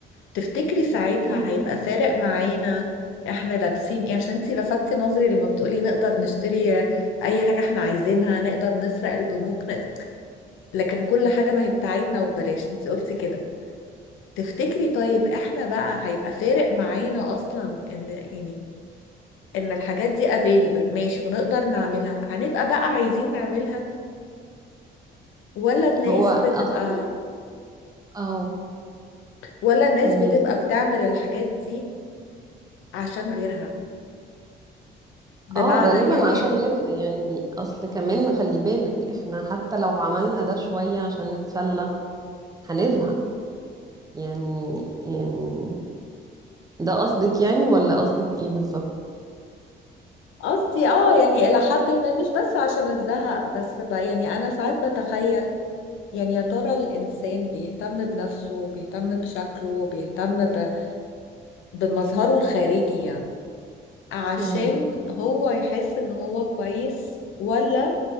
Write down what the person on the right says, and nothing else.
مم.
هو
أظن آه
كملي
اه غالبا
عشان غيرها يعني اصل كمان خلي بالك احنا حتى لو عملنا ده شوية عشان نتسلى هنزهق يعني يعني ده قصدك يعني ولا قصدك ايه بالظبط
مم.